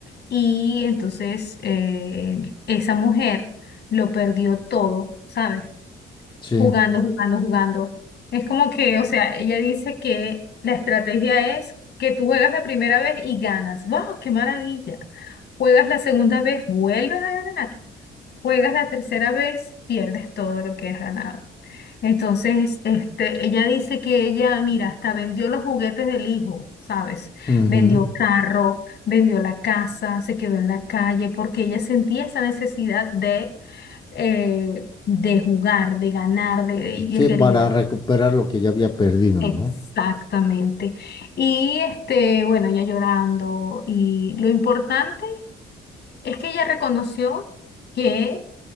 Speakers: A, on the left (about 60°); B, on the left (about 25°).
A: Y entonces eh, esa mujer lo perdió todo, ¿sabes?
B: Sí,
A: jugando, jugando, jugando. Es como que, o sea, ella dice que la estrategia es que tú juegas la primera vez y ganas. ¡Wow! ¡Qué maravilla! Juegas la segunda vez, vuelves a ganar. Juegas la tercera vez, pierdes todo lo que has ganado. Entonces, este, ella dice que ella, mira, hasta vendió los juguetes del hijo, ¿sabes?
B: ujú.
A: Vendió carro, vendió la casa, se quedó en la calle porque ella sentía esa necesidad de eh, de jugar, de ganar, de, de- y
B: Sí,
A: es querida.
B: para recuperar lo que ya había perdido,
A: Exactamente.
B: ¿no?
A: Y este, bueno, ella llorando. Y lo importante es que ella reconoció que